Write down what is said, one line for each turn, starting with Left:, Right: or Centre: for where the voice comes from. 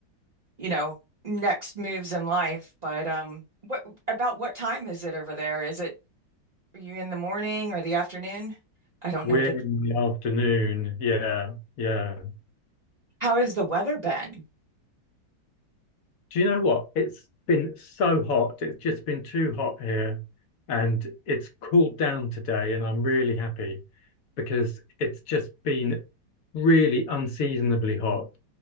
Right: you know, next moves in life. But um, what about what time is it over there? Is it are you in the morning or the afternoon? I don't
Left: We're
Right: know that.
Left: in the afternoon. Yeah, yeah.
Right: How has the weather been?
Left: Do you know what? It's been so hot. It's just been too hot here. And it's cooled down today, and I'm really happy because it's just been really unseasonably hot.